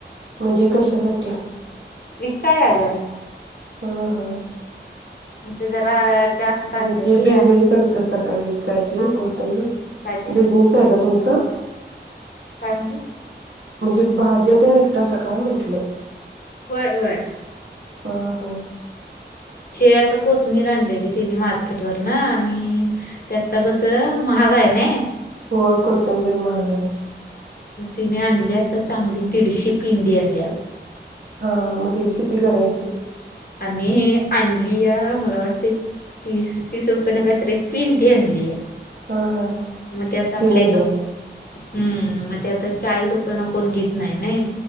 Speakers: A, on the right (about 75°); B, on the left (about 55°).
A: म्हणजे कशासाठी?
B: विकायला ग
A: हा हा
B: म ते जरा.. जास्त
A: म्हणजे
B: आणलेली
A: बिझनेस
B: आणि
A: करत असता का, विकायची
B: हा
A: कोतंबीर
B: काय ते
A: बिझनेस आहे का तुम च.........
B: काय म्हणलीस?
A: म्हणजे भाज्या तेन विकतासा काय म्हणलं?
B: होय होय
A: हा हा
B: शे आता कोथमिर आणलेली तिनी मार्केट वरन आणि त्यात आता कसं महाग आहे ना.
A: होय कोथंबीर महाग य...
B: तिनि आणल्या आता चांगली दीडशे पिंडी आणल्याव
A: हा मग त्याची किती कराय
B: आणि हे अणलीया ह मला वाटतय तीस तीस रुपये ना काय तर एक पेंडी आणलीया.
A: हा हा
B: मग त्यात
A: तीन
B: आपल्या
A: हजार
B: इत हम्म मग ते आता चाळीस रुपये न कोण घीेत नाही नाय